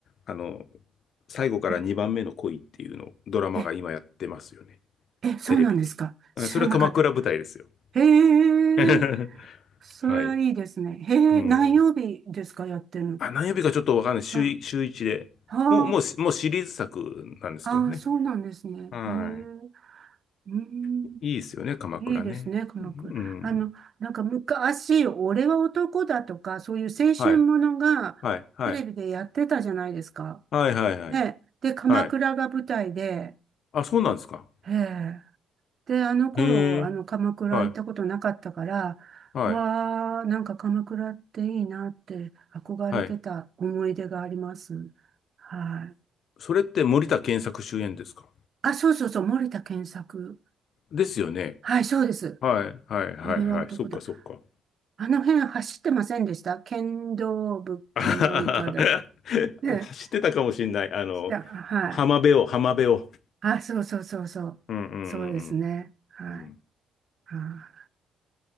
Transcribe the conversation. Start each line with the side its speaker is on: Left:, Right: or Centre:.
Left: あの、最後から2番目の恋っていうの、
Right: え、
Left: ドラマが今やってますよね。
Right: え、え、そうなんですか。
Left: テレビで。
Right: 知らなかった。
Left: あそれは鎌倉舞台ですよ。
Right: へ
Left: <laughs>
Right: え、それはいいですね。
Left: はい。
Right: へえ、
Left: うん。
Right: 何曜日ですか、やってるの。
Left: あ、何曜日かちょっとわかんない。週い、
Right: あ、
Left: 週1で。
Right: はあ。
Left: もう、もうもうシリーズ作なんですけどね。
Right: ああ、そうなんですね。
Left: は
Right: へえ。うーん。
Left: い。いいですよね、鎌倉ね。
Right: いいですね、鎌倉。
Left: うん。
Right: あの、なんか昔、俺は男だとか、そういう青春ものがテレビでやってたじゃないですか。
Left: はい。はい。はい。はい。はい。はい。
Right: ね。で、鎌倉が舞台で、
Left: はい。あ、そうなんですか。
Right: へえ。で、あの頃、
Left: へえ。
Right: あの、鎌倉行ったことなかったから、
Left: はい。はい。
Right: わあ、なんか鎌倉っていいなって憧れてた思い出があります。
Left: はい。
Right: はい。
Left: それって森田健作主演ですか
Right: あ、そうそうそう、森田健作。
Left: ですよね。
Right: はい、そうです。
Left: はい、はい、はい、
Right: 俺は男だ。
Left: はい。そっか、そっか。
Right: あの辺走ってませんでした剣道部かなんかで。
Left: <laughs> あははは
Right: ね、
Left: 知ってたかもしれない。あの、
Right: した、はい。
Left: 浜辺を、浜辺を。
Right: あ、そうそうそうそう。
Left: うん、うん、う
Right: そうですね。
Left: ん、
Right: はい。
Left: うん。うん
Right: あ、